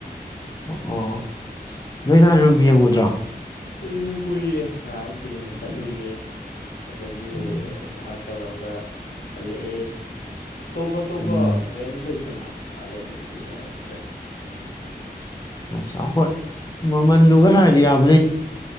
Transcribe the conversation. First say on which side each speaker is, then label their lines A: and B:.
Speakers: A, on the left; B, on the left.
A: ꯑꯣ ꯑꯣ ꯅꯣꯏ ꯅꯍꯥꯟ ꯑꯗꯨꯝ ꯌꯦꯡꯉꯨꯗ꯭ꯔꯥ
B: ꯑꯦ ꯀꯨꯏꯌꯦꯦ ꯉꯥꯏꯍꯥꯛ ꯌꯦꯡꯕ ꯆꯠꯂꯨꯌꯦ ꯑꯗꯨꯗꯒꯤ
A: ꯎꯝ
B: ꯇꯧꯔꯒ ꯍꯜꯂꯛꯑꯦ ꯇꯣꯞ ꯇꯣꯞꯄ
A: ꯎꯝ
B: ꯔꯦꯟ ꯂꯩ ꯑꯗꯨ ꯑꯠꯇ꯭ꯔꯦ
A: ꯑꯆꯥ ꯍꯣꯏ ꯃꯃꯟ ꯗꯨꯒ ꯍꯤꯔꯨꯔꯗꯤ ꯌꯕꯨ